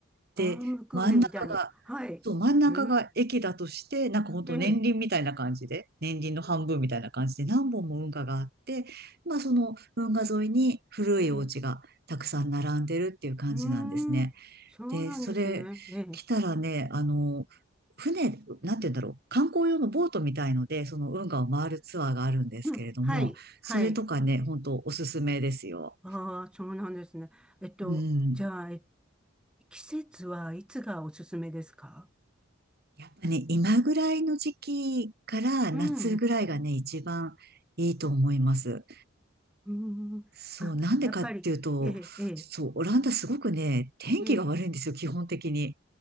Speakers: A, in the centre; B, on the right.
A: バームクーヘンみたいに。
B: で、真ん中が
A: はい。
B: そう、真ん中が駅だとして、
A: ええ、
B: なんかほんと年輪みたいな感じで、
A: ええ、
B: 年輪の半分みたいな感じで何本も運河があって、まあその運河沿いに古いお家がたくさん並んでるっていう感じなんですね。
A: ええ、うーん。そうなんですね。
B: で、それ来たらね、
A: ええ、
B: あの、船、なんて言うんだろう、観光用のボートみたいので、その運河を回るツアーがあるんですけれども、
A: うんはい、はい。
B: それとかね、ほんとおすすめですよ。
A: ああ、そうなんですね。えっと、
B: うん。
A: じゃあ、えっ季節はいつがおすすめですか
B: やっぱね、今ぐらいの時期から夏ぐらいがね、
A: うん。
B: 一番いいと思います。
A: うん。
B: そう、
A: あ、
B: なんでかっていうと、
A: やっぱり、ええ、ええ、
B: そう、オランダすごくね、天気が悪いんですよ、
A: ええ、
B: 基本的に。